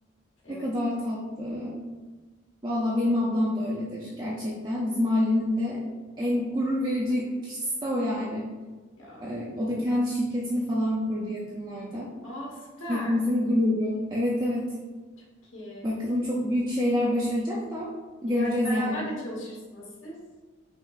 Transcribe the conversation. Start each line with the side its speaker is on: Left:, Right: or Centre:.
Left: Evet
Right: ne kadar tatlı. Valla benim ablam da öyledir gerçekten. Bizim ailenin de en gurur verici kişisi de o yani.
Left: ya.
Right: Ee, o da kendi şirketini falan kurdu yakınlarda.
Left: Aa süper.
Right: Hepimizin gururu. Evet evet.
Left: Çok iyi.
Right: Bakalım çok büyük şeyler başaracak da göreceğiz
Left: İleride beraber
Right: yani.
Left: de çalışırsınız siz.